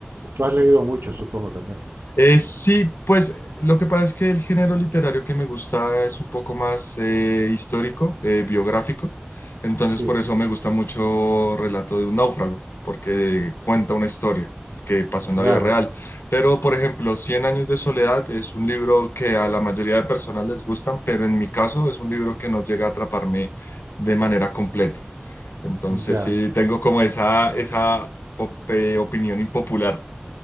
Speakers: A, on the right; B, on the left.
A: Tú has leído muchos, supongo también.
B: Eh, sí, pues lo que pasa es que el género literario que me gusta es un poco más eh, histórico, eh, biográfico, entonces
A: Sí,
B: por eso me gusta mucho Relato de un náufrago, porque cuenta una historia que pasó
A: claro,
B: en la vida real. Pero, por ejemplo, Cien años de soledad es un libro que a la mayoría de personas les gustan, pero en mi caso es un libro que no llega a atraparme de manera completa. Entonces
A: ya,
B: sí, tengo como esa, esa op- eh, opinión impopular.